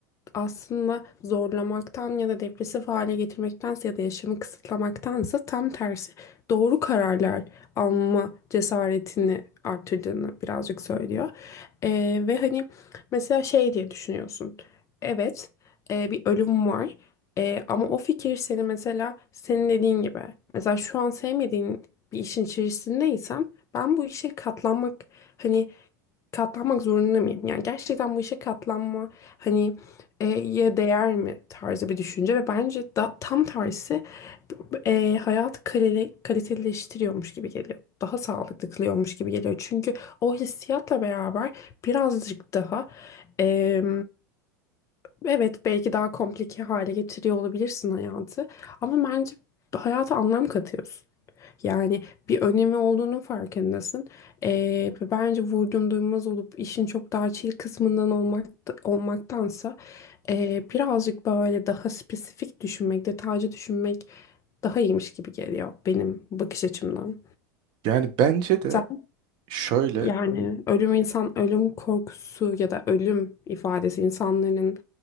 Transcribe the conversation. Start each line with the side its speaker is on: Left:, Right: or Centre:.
Left: aslında zorlamaktan ya da depresif hale getirmektense ya da yaşamı kısıtlamaktansa tam tersi doğru kararlar alma cesaretini artırdığını birazcık söylüyor. Ee, ve hani mesela şey diye düşünüyorsun. Evet, e, bir ölüm var. E, ama o fikir seni mesela senin dediğin gibi mesela şu an sevmediğin bir işin içerisindeysen ben bu işe katlanmak hani katlanmak zorunda mıyım? Yani gerçekten bu işe katlanma hani e, ye değer mi tarzı bir düşünce ve bence da, tam tersi e, hayatı kalele, kaliteleştiriyormuş gibi geliyor. Daha sağlıklı kılıyormuş gibi geliyor. Çünkü o hissiyatla beraber birazcık daha e, evet belki daha komplike hale getiriyor olabilirsin hayatı ama bence hayata anlam katıyorsun. Yani bir önemi olduğunun farkındasın. Ee, ve bence vurdum duymaz olup işin çok daha chill kısmından olmak, olmaktansa ee, birazcık böyle daha spesifik düşünmek, detaycı düşünmek daha iyiymiş gibi geliyor benim bakış açımdan.
Right: Yani bence de
Left: Sen
Right: şöyle,
Left: yani ölüm insan, ölüm korkusu ya da ölüm ifadesi insanların